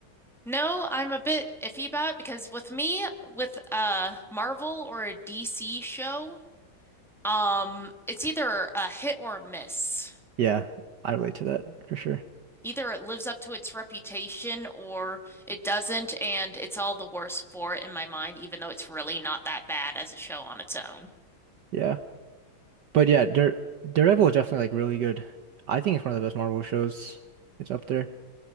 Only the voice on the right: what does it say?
Yeah, I relate to that for sure.
Yeah. But yeah, Dare, Daredevil is definitely like really good. I think it's one of the best Marvel shows. It's up there.